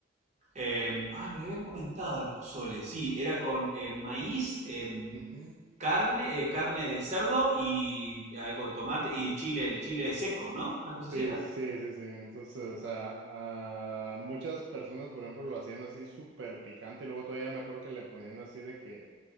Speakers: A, on the right (about 40°); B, on the right (about 75°).
A: Eh, ah, me lo habían comentado el pozole, sí, era con eh, maíz, em,
B: Ujú.
A: carne, eh, carne de cerdo y algo de tomate y chile, el chile seco, ¿no? Una cosa
B: Sí,
A: así era.
B: sí, sí, sí. Entonces, o sea, a muchas personas, por ejemplo, lo hacían así súper picante y luego todavía me acuerdo que le ponían así de que,